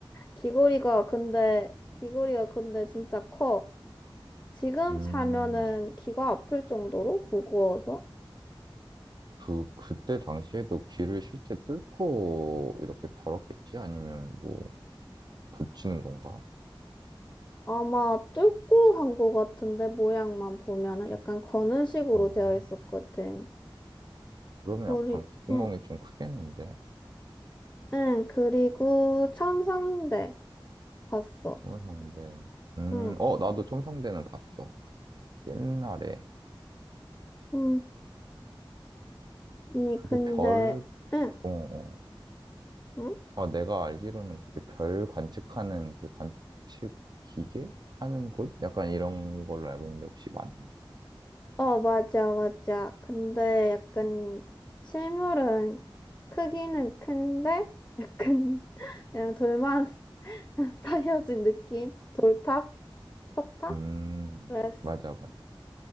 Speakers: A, on the left; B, on the right.
A: 귀걸이가 근데 귀걸이가 근데 진짜 커. 지금
B: 음,
A: 차면은 귀가 아플 정도로 무거워서
B: 그, 그때 당시에도 귀를 실제 뚫고 이렇게 걸었겠지? 아니면 뭐, 붙이는 건가?
A: 아마 뚫고 한 거 같은데 모양만 보면은 약간 거는 식으로
B: 어,
A: 되어 있었거든.
B: 그러면
A: 우리
B: 약간 귓구멍이
A: 응,
B: 좀 크겠는데?
A: 응 그리고 첨상대 봤어.
B: 첨성대. 음,
A: 응,
B: 어, 나도 첨성대는 봤어. 옛날에
A: 응 아니
B: 그게
A: 근데
B: 별,
A: 응,
B: 어, 어.
A: 응?
B: 아, 내가 알기로는 그게 별 관측하는 그 관측 기계 하는 곳? 약간 이런 걸로 알고 있는데 혹시 맞나?
A: 어, 맞아, 맞아. 근데 약간 실물은 크기는 큰데 약간 <laughs> 그냥 돌만 <laughs> 쌓여진 느낌? 돌탑? 석탑?
B: 음,
A: 그랬어.
B: 맞아, 맞아.